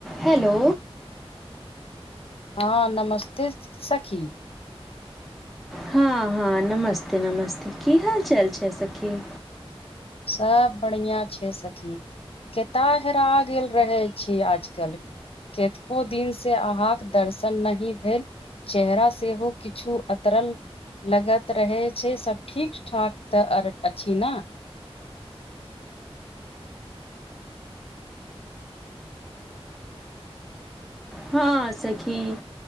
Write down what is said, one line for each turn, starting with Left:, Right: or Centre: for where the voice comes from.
Centre: Hello.
Left: हँ नमस्ते सखी।
Centre: हँ हँ नमस्ते नमस्ते, की हाल चाल छै सखी।
Left: सब बढ़िया छै सखी। केतय हेरा गेल रहै छी आजकल। केतको दिन से अहाँके दर्शन नहि भेल। चेहरा सेहो किछु उतरल लगैत रहै छै, सब ठीक ठाक त अछि ने?
Centre: हँ सखी।